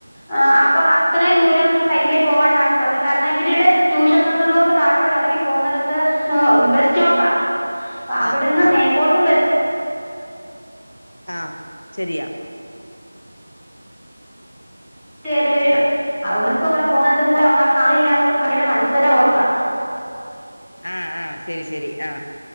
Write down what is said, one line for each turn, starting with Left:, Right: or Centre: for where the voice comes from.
Centre: ആഹ് അപ്പ ഇത്രയും ദൂരം സൈക്കിളിൽ പോവണ്ടന്ന് പറഞ്ഞു കാരണം ഇവരുടെ ട്യൂഷൻ സെന്ററിലോട്ട് താഴോട്ട് ഇറങ്ങി പോന്നടത്ത് എഹ് ബസ്റ്റോപ്പ അവിടുന്ന്
Left: ആഹ് ആഹ്
Centre: മേട്ടും ബസ്
Left: ആഹ് ശരിയാ
Centre: കേറി വരും അവർക്ക്ടെ പോന്നതും കൂടെ അവമാർക്ക് ആളില്ലാത്തോണ്ട് ഭകര മത്സര ഓട്ടാ
Left: ആഹ് ആഹ് ശരി ശരി ആഹ്